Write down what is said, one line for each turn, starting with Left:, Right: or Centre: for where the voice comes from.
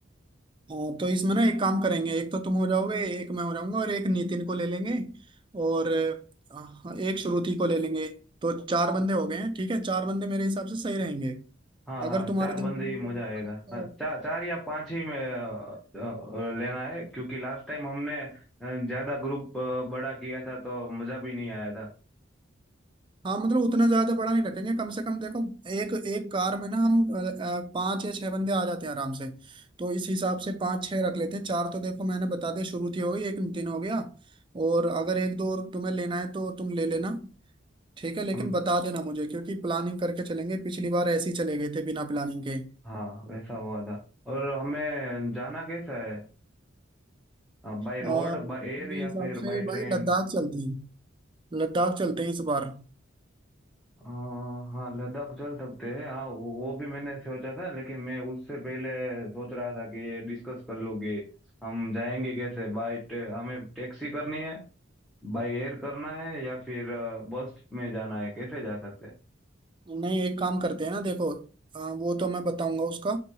Right: हाँ तो इसमें ना एक काम करेंगे एक तो तुम हो जाओगे एक मैं हो जाऊंगा और एक नितिन को ले लेंगे और अ, एक श्रुति को ले लेंगे तो चार बंदे हो गए हैं ठीक है चार बंदे मेरे हिसाब से सही रहेंगे
Centre: हाँ
Right: अगर
Centre: हाँ
Right: तुम्हारे
Centre: चार
Right: दिमाग
Centre: बंदे
Right: में
Centre: ही मजा
Right: कोई
Centre: आएगा
Right: आ रहा
Centre: हाँ,
Right: है तो
Centre: चार चार या पांच ही में अ, अ, लेना है क्योंकि लास्ट टाइम हमने अ, ज्यादा ग्रुप अ, बड़ा किया था तो मजा भी नहीं आया था
Right: हाँ मतलब उतना ज्यादा बड़ा नहीं रखेंगे कम से कम देखो एक एक कार में ना हम अ, अ, पाँच या छह बंदे आ जाते हैं आराम से तो इस हिसाब से पाँच छह रख लेते हैं चार तो देखो मैंने बता दिया श्रुति हो गई एक नितिन हो गया और अगर एक दो और तुम्हें लेना है तो तुम ले लेना ठीक है लेकिन
Centre: हम
Right: बता देना मुझे क्योंकि प्लानिंग करके चलेंगे पिछली बार ऐसे ही चले गए थे बिना प्लानिंग के
Centre: हाँ वैसा हुआ था और हमें जाना कैसा है बाय रोड
Right: अ,
Centre: बाय एयर
Right: मेरे
Centre: या
Right: हिसाब
Centre: फिर
Right: से
Centre: बाय
Right: भाई
Centre: ट्रेन
Right: लद्दाख चलते हैं लद्दाख चलते हैं इस बार
Centre: हाँ लद्दाख चल सकते हैं हाँ वो वो भी मैंने सोचा था लेकिन मैं उससे पहले सोच रहा था कि ये डिस्कस कर लोगे हम जाएंगे कैसे बाय हमें टैक्सी करनी है बाय एयर करना है या फिर अ, बस में जाना है कैसे जा सकते हैं
Right: नहीं एक काम करते हैं ना देखो अ, वो तो मैं बताऊंगा उसका